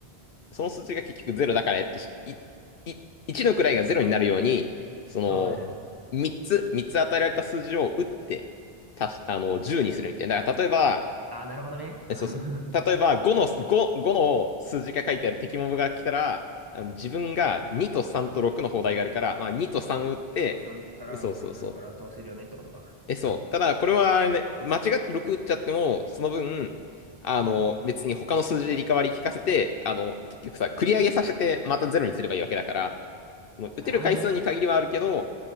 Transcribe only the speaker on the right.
あ、はいはい。
ああ、なるほどね。
<laughs>
また3打ったら5になるから倒せるよねってことか。
うん。
あ、なるほどね